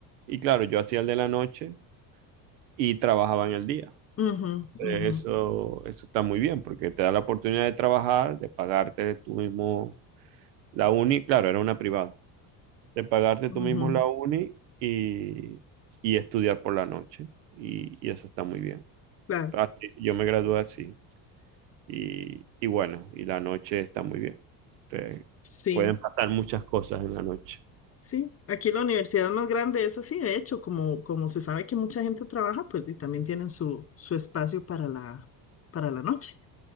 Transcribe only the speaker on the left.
Ujú,
ujú,
ujú,
Claro,
sí,
sí. Aquí la universidad más grande es así, de hecho, como, como se sabe que mucha gente trabaja, pues y también tienen su, su espacio para la, para la noche.